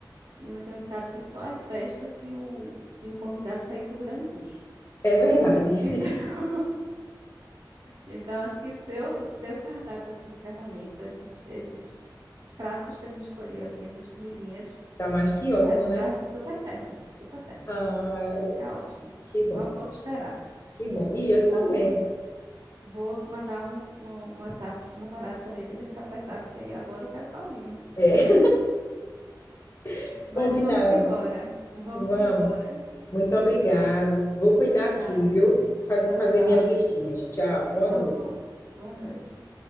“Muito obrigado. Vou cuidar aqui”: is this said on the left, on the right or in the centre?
Left